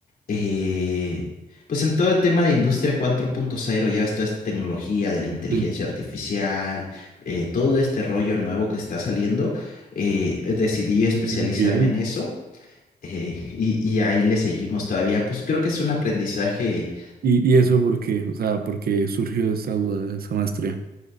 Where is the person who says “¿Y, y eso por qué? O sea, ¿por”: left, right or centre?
Right